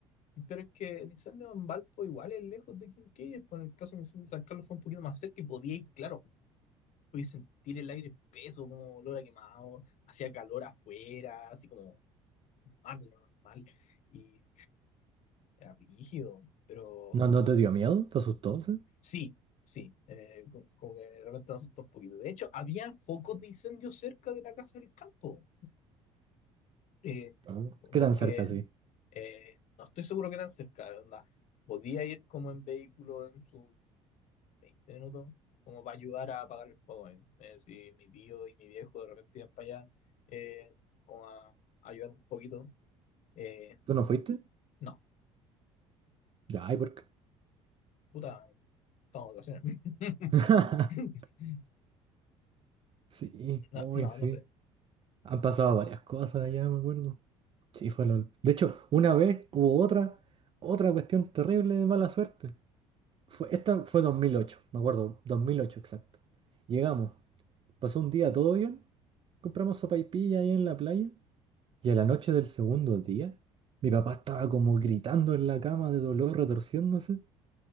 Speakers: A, on the left (about 55°); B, on the right (about 40°).
A: pero es que el incendio en Valpo igual es lejos de Quinquellas, por el caso del incendio de San Carlos fue un poquito más cerca y podía ir, claro Podía sentir el aire peso, como olor a quemado, hacía calor afuera, así como mal, normal, y era rígido, pero
B: ¿No, no te dio miedo? ¿Te asustó? sí?
A: sí, sí, eh, co- como, que de repente me asustó un poquito. De hecho, había focos de incendio cerca de la casa del campo, eh,
B: No.
A: porque
B: ¿Qué tan cerca sí?
A: eh, no estoy seguro que tan cerca, onda, podía ir como en vehículo en su 20 minutos, como para ayudar a apagar el fuego. ahí. Eh, si mi tío y mi viejo de repente iban para allá, eh, como a ayudar un poquito. eh,
B: ¿Tú no fuiste?
A: no,
B: Ya, ¿y por qué?
A: puta, estamos de vacaciones.
B: <laughs>
A: <laughs>
B: Sí,
A: No,
B: hoy
A: no,
B: sí.
A: no sé.
B: Han pasado varias cosas ya, me acuerdo. Sí, fue LOL. De hecho, una vez hubo otra, otra cuestión terrible de mala suerte. Fue, esta fue 2008 me acuerdo, 2008 exacto. Llegamos, pasó un día todo bien, compramos sopaipilla ahí en la playa y a la noche del segundo día, mi papá estaba como gritando en la cama de dolor, retorciéndose